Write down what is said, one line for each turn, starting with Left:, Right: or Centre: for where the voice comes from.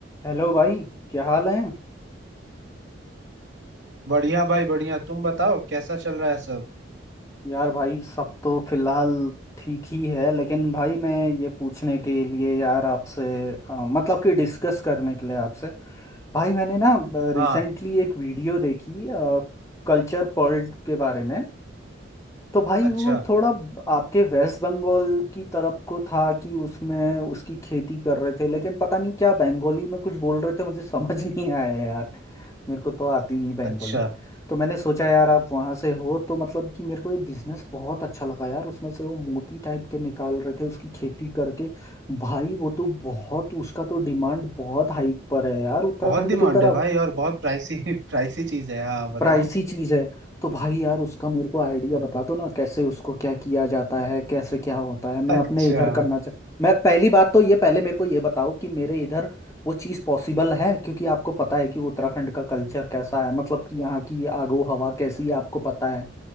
Left: Hello भाई क्या हाल है
Right: बढ़िया भाई बढ़िया तुम बताओ कैसा चल रहा है सब
Left: यार भाई सब तो फिलहाल ठीक ही है लेकिन भाई मैं ये पूछने के लिए यार आपसे अ, मतलब कि डिस्कस करने के लिए आपसे भाई मैंने ना
Right: हाँ
Left: रिसेंटली एक वीडियो देखी कल्चर पर्ल के बारे में तो भाई
Right: अच्छा
Left: वो थोड़ा आपके वेस्ट बंगाल की तरफ को था कि उसमें उसकी खेती कर रहे थे लेकिन पता नहीं क्या बंगाली में कुछ बोल रहे थे मुझे <laughs> समझ नहीं आया यार मेरे को तो आती नहीं बंगाली
Right: अच्छा
Left: तो मैंने सोचा यार आप वहाँ से हो तो मतलब कि मेरे को ये बिजनेस बहुत अच्छा लगा यार उसमें से वो मोती टाइप के निकाल रहे थे उसकी खेती करके भाई वो तो बहुत उसका तो डिमांड बहुत हाइक पर है यार उत्तराखंड
Right: बहुत डिमांड
Left: की तरफ
Right: है भाई और बहुत प्राइसी <laughs> प्राइसी चीज है हाँ बताओ
Left: प्राइसी चीज है तो भाई यार उसका मेरे को आइडिया बता दो ना कैसे उसको क्या किया जाता है कैसे क्या होता है मैं
Right: अच्छा
Left: अपने इधर करना चाह मैं पहली बात तो ये पहले मेरे को ये बताओ कि मेरे इधर वो चीज़ पॉसिबल है क्योंकि आपको पता है कि उत्तराखंड का कल्चर कैसा है मतलब कि यहाँ की आगो हवा कैसी है आपको पता है